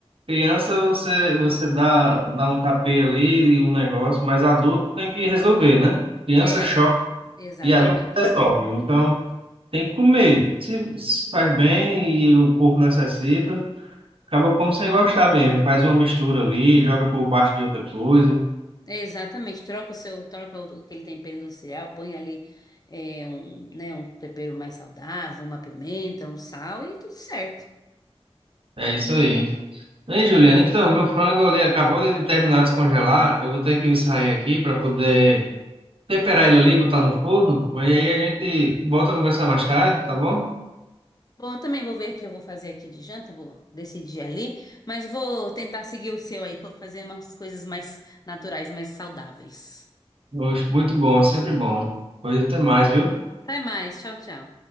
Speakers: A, on the right; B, on the left.
A: criança você você dá dá um tapê ali e um negócio, mas adulto tem que resolver, né? Criança
B: É,
A: chora
B: exatamente.
A: e adulto resolve. Então tem que comer. Se se faz bem e o corpo necessita. Acaba como sem gostar mesmo. Faz uma mistura ali, joga por baixo de outra coisa.
B: É, exatamente. Troca o seu, troca o, aquele tempero industrial, põe ali é, um, né, um tempero mais saudável, uma pimenta, um sal e tudo certo.
A: É isso aí. Ei, Juliana, então, meu frango ali acabou de terminar de descongelar. Eu vou ter que me sair aqui para poder temperar ele ali, e botar no forno. Mas aí a gente volta a conversar mais tarde, tá bom?
B: Bom, eu também vou ver o que eu vou fazer aqui de janta, vou decidir ali, mas vou tentar seguir o seu aí, co- fazer umas coisas mais naturais, mais saudáveis.
A: Oxe, Muito bom, sempre bom. Pois até mais, viu?
B: Até mais, tchau, tchau.